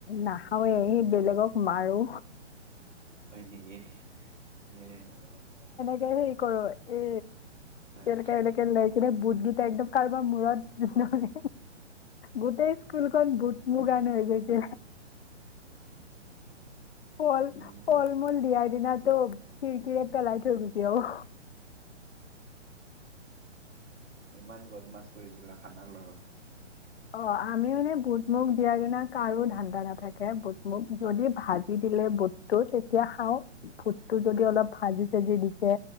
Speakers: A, on the left; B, on the right.
A: নাখাওঁয়ে সেই বেলেগক মাৰো
B: হয় নেকি এ
A: <unintelligible> কৰো এ
B: হয়।
A: এনেকে এনেকে লৈ কিনে বুট কেইটা একদম কাৰোবাৰ মূৰত নহ'লে গোটেই খন বুট মো কানে হৈ গৈছে ফল
B: উম
A: ফল
B: বহুত
A: মূল দিয়াৰ দিনা টো খিৰিকিৰে পেলাই থৈ গোছি আহো
B: ইমান বদমাছ কৰিছিলা খানাৰ লগত
A: অ আমি মানে বুট মুগ দিয়াৰ দিনা কাৰো ধান্দা নাথাকে বুট মুগ যদি ভাজি দিলে বুটটো তেতিয়া খাওঁ তোৰ যদি অলপ ভাজি চাজি দিছে